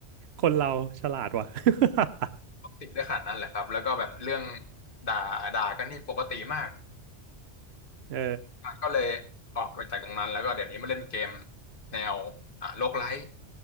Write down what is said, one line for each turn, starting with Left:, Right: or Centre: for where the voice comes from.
Right: คนเราฉลาดว่ะ <laughs>
Left: ปกติได้ขนาดนั้นแหละครับแล้วก็แบบเรื่องด่าด่ากันนี่ปกติมาก
Right: เออ
Left: อ่ะก็เลยออกไปจากตรงนั้นแล้วก็เดี๋ยวนี้มาเล่นเกมแนวอ่าโลกไลท์